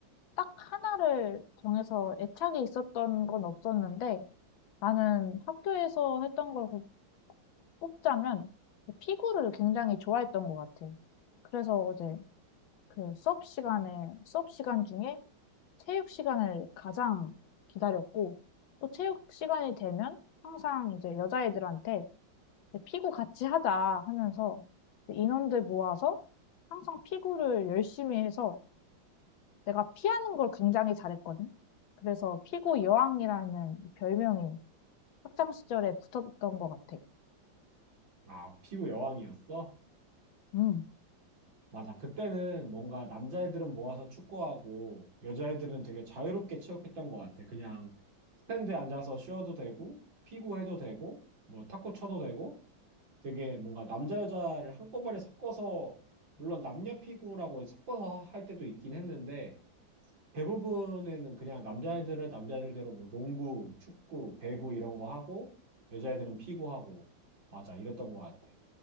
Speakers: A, on the left; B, on the right.
A: 딱 하나를 정해서 애착이 있었던 건 없었는데 나는 학교에서 했던 걸 꼽- 꼽자면 피구를 굉장히 좋아했던 것 같아. 그래서 어제 그 수업 시간에 수업 시간 중에 체육 시간을 가장 기다렸고, 또 체육 시간이 되면 항상 이제 여자애들한테 피구 같이 하자 하면서 인원들 모아서 항상 피구를 열심히 해서 내가 피하는 걸 굉장히 잘했거든. 그래서 피구 여왕이라는 별명이 학창 시절에 붙었던 것 같아.
B: 아, 피구 여왕이었어?
A: 음,
B: 맞아. 그때는 뭔가 남자애들은 모아서 축구하고 여자애들은 되게 자유롭게 체육했던 것 같아. 그냥 스탠드에 앉아서 쉬어도 되고 피구해도 되고 뭐 탁구 쳐도 되고 되게 뭔가 남자 여자를 한꺼번에 섞어서 물론 남녀 피구라고 섞어서 할 때도 있긴 했는데 대부분에는 그냥 남자애들은 남자애들대로 뭐 농구, 축구, 배구 이런 거 하고 여자애들은 피구하고 맞아 이랬던 것 같아.